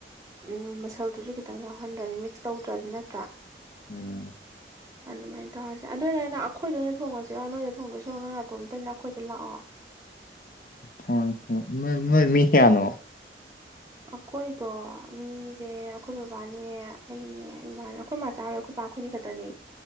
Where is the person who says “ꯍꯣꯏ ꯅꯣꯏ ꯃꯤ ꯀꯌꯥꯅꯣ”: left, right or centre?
Left